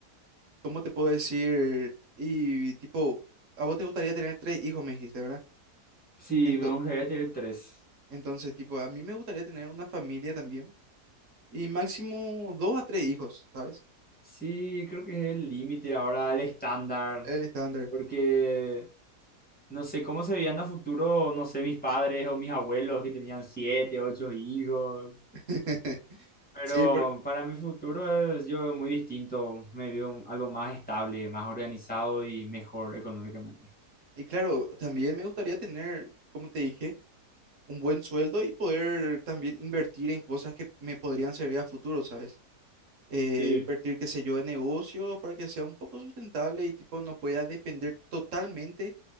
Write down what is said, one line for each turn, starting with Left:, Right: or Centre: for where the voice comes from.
Right: ¿cómo te puedo decir? Y tipo, a vos te gustaría tener tres hijos, me dijiste, ¿verdad?
Centre: sí,
Right: Ento-
Centre: me gustaría tener tres.
Right: entonces, tipo, a mí me gustaría tener una familia también y máximo dos a tres hijos, ¿sabes?
Centre: Sí, creo que es el límite ahora, el estándar,
Right: El estándar.
Centre: porque no sé cómo se veían a futuro, no sé, mis padres o mis abuelos que tenían siete, ocho hijos.
Right: <laughs>
Centre: Pero
Right: Sí, por-
Centre: para mi futuro es, yo veo muy distinto, me veo un- algo más estable, más organizado y mejor económicamente.
Right: y claro, también me gustaría tener, como te dije, un buen sueldo y poder también invertir en cosas que me podrían servir a futuro, ¿sabes? Eh,
Centre: Sí,
Right: invertir, qué sé yo, en negocios para que sea un poco sustentable y tipo no pueda depender totalmente